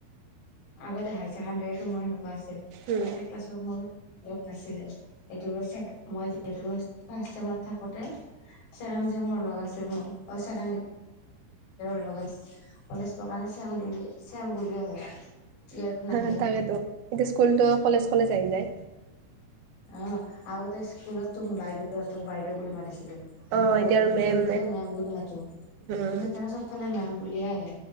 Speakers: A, on the left; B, on the right.
A: আগতে হাই ছেকেণ্ডাৰীতো মোৰ সেনেকুৱা আছিল
B: উম,
A: একে ক্লাছৰ লগ নাছিলে সেটো মই ছেকেণ্ড মই যিহেতু ফাৰ্ষ্ট চেমত থাকোতে ছেকেণ্ড চেমৰ লগ আছিল মোৰ ছেকেণ্ড লগ কলেজ পোৱা কাৰণে চেম বুলি, চেম বুলি। আহে ইয়েৰটো
B: হয়
A: নাহে
B: তাকেতো, এতিয়া স্কুলতো কলেজ, কলেজ আহি যায়।
A: অ' আগতে স্কুলতো বাইদেউহঁতক বাইদেউ বুলি মাতিছিলোঁ।
B: অ',
A: আৰু
B: এতিয়া মেম
A: এই এতিয়াটো মে'ম বুলি মাতো
B: উম,
A: তো সেইকাৰণে চবফালে মে'ম বুলিয়ে আহে।